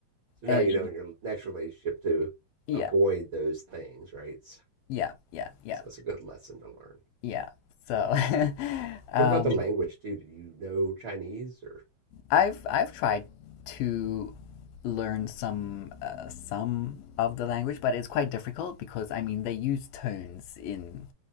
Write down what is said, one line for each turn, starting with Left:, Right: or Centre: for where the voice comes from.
Right: So now
Left: and
Right: you know in your next relationship to
Left: yeah
Right: avoid those things, right? So,
Left: yeah yeah yeah
Right: so that's a good lesson to learn.
Left: yeah so <laughs> um
Right: What about the language too? Did you know Chinese or?
Left: I've I've tried to learn some uh, some of the language, but it's quite difficult because I mean they use tones in